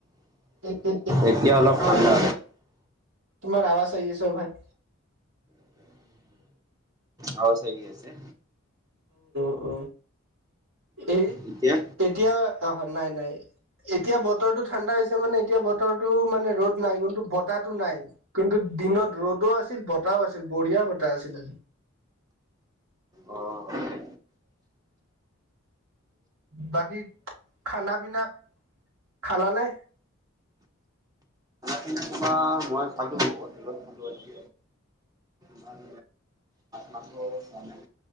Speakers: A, on the right; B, on the right.
A: এক
B: এতিয়া অলপ
A: হয়
B: ঠাণ্ডা
A: হয় তোমাৰ আৱাজ আহ আ চ ভাই।
B: আৰু চাগে আছে।
A: উ এই
B: এতিয়া
A: এতিয়া আহ নাই নাই। এতিয়া বতৰটো ঠাণ্ডা হৈছে মানে এতিয়া বতৰটো মানে ৰ'দ নাই কিন্তু বতাহটো নাই কিন্তু। দিনত ৰ'দ দো আছিল বতাহও আছিল বঢ়িয়া বতাহ আছিলে।
B: অ' খানা
A: বাকী খানা পিনা খালানে।
B: পিনা তোমাৰ মই খালো হটেলত খালো আজি। মাছ মাংস খোৱা নাই